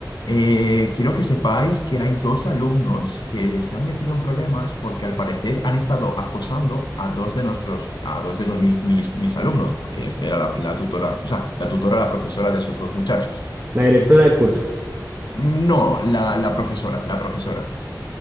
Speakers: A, on the left (about 90°); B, on the right (about 30°).
A: "Eh, quiero que sepáis que hay dos alumnos que se han metido en problemas porque al parecer han estado acosando a dos de nuestros, a dos de no- mis, mis- mis alumnos, porque es- era la, la tutora, o sea, la tutora, la profesora de esos dos muchachos.
B: La directora de curso.
A: Mm, No, la, la profesora, la profesora.